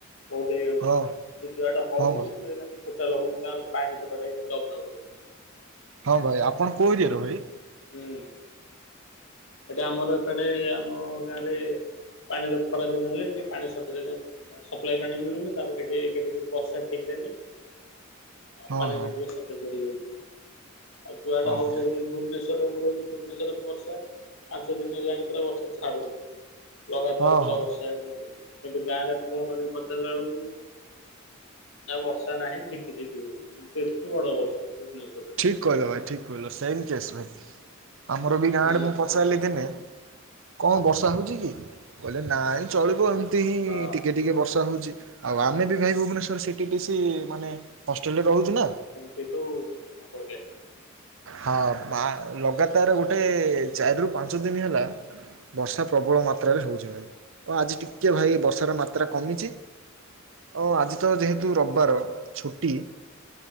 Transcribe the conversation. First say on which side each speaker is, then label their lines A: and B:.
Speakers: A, on the left; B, on the right.
A: ବୋହୁତ ହେଇଯାଉଚି
B: ହଁ
A: ଯେ ଯୁଆଡ଼େ ହଉନି
B: ହଁ ଭାଇ
A: ତୁ ଏ ଗାନ୍ ଟୋଟାଲ୍ ହଉନି ତାଙ୍କର ପାଣି ସେପଟେ ଇଁ ଅଭାବ ହଉଚନ୍ତି।
B: ହଁ ଭାଇ ଆପଣ କୋଉ ଏରିଆର ଭାଇ?
A: ଉଁ ଏଟା ଆମର ଏପଟେ ଆମ ଗାଁରେ ପାଣିର ଖରା ଦିନ ହେଲେ ଟିକେ ପାଣି ସଟେଜ୍ କାଇଁ ନାଁ ସପ୍ଲାାଏ ପାଣି ମିଳୁନି ତାପରେ ହେଠି କେତେ ବି ବର୍ଷା ଠିକରେ ନାଇଁ। ଆ
B: ହଁ
A: ପାଣିର
B: ହଁ
A: ଟିକେ ସଟେଜ୍ ହେଇଯାଉଚି ଆଉ ଯୁଆଡ଼େ
B: ହଁ
A: ହଉ
B: ହଁ।
A: ଯଦି ଭୁବନେଶ୍ୱରର ମୁଁ ରହୁଚି ଭୁବନେଶ୍ୱର ବର୍ଷା ପାଞ୍ଚ ଦିନ ହେଲାଣି ପୁରା ବର୍ଷା ଛାଡ଼ୁନି। ଲଗାତାର
B: ହଁ
A: ପୁରା
B: ହଁ
A: ବର୍ଷା ଏବେ ନା ହଉଚି କିନ୍ତୁ ଗାଁରେ ଫୋନ୍ ରେ ପଚାରଲା ଅଳୁକୁ ନାଁ ବର୍ଷା ନାହିଁ ଝିପି ଝିପି ହୋଉଚି କିନ୍ତୁ ଏଠି ବଡ଼ ବର୍ଷା ଭୁବନେଶ୍ଵରରେ।
B: ଠିକ୍ କହିଲ ଭାଇ ଠିକ୍ କହିଲ ସେମ୍ କେସ୍ ଭାଇ ଆମର ବି ଗାଁ
A: ହୁଁ
B: ଆଡ଼େ ମୁଁ ପଚାରଲି ଦିନେ କଁ ବର୍ଷା ହୋଉଚି କି କଇଲେ ନାଇଁ ଚଳିବ ଏମତି ହିଁ
A: ହଁ
B: ଟିକେ ଟିକେ ବର୍ଷା ହୋଉଚି। ଆଉ ଆମେ ବି ଭାଇ ଭୁବନେଶ୍ୱର ସିଟି ଡି ସି ମାନେ ହଷ୍ଟେଲ୍ ରେ ରହୁଚୁ ନା।
A: ଏମତି ତୁ କଁ କରିବା?
B: ହଁ ବା ଲଗାତର ଗୋଟେ ଚାରିରୁ ପାଞ୍ଚ ଦିନ ହେଲା ବର୍ଷା ପ୍ରବଳ ମାତ୍ରାରେ ହୋଉଚି ନାଁ କଁ? ତ ଆଜି ଟିକେ ଭାଇ ବର୍ଷାର ମାତ୍ରା କମିଚି ଅ ଆଜି ତ ଯେହେତୁ
A: ହୁଁ
B: ରବାର ଛୁଟି